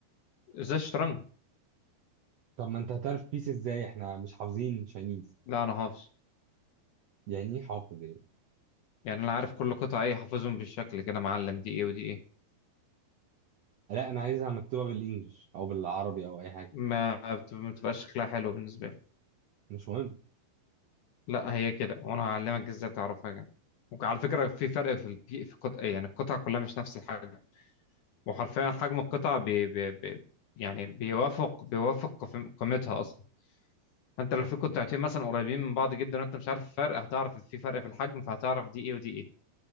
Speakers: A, on the left; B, on the right.
A: ازاي الشطرنج
B: طب ما انت هتعرف بيس ازاي احنا مش حافظين شاينيز
A: لا انا حافظ
B: يعني ايه حافظ ايه
A: يعني انا عارف كل قطعة ايه حافظهم بالشكل كده معلم دي ايه ودي ايه
B: لا انا عايزها مكتوبه بالانجلش او بالعربي او اي حاجه
A: ما بت- ما بتبقاش شكلها حلو بالنسبة لي
B: مش مهم
A: لا هي كده وانا هعلمك ازاي تعرفها يعني وعلى فكره في فرق في البي في قط... يعني القطع كلها مش نفس الحجم وحرفيا حجم القطع بي... بي... بي... يعني بيوافق بيوافق قف- قيمتها اصلا انت لو في قطعتين مثلا قريبين من بعض جدا وانت مش عارف الفرق هتعرف ان في فرق في الحجم فهتعرف دي ايه ودي ايه